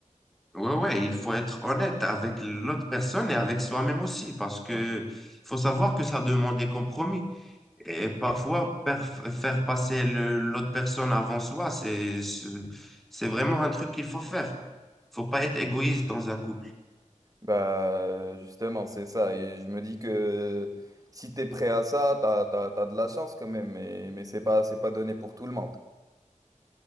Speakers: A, in the centre; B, on the right.
A: Ouais, ouais, il faut être honnête avec l'autre personne et avec soi-même aussi, parce que
B: Ouais.
A: faut savoir que ça demande des compromis. Et parfois, perf- faire passer le- l'autre personne avant soi, c'est, c'est c'est vraiment un truc qu'il faut faire. Faut pas être égoïste dans un couple.
B: Bah, justement, c'est ça. Et je me dis que si t'es prêt à ça, t'as, t'as, t'as de la chance quand même, mais, mais c'est pas, c'est pas donné pour tout le monde.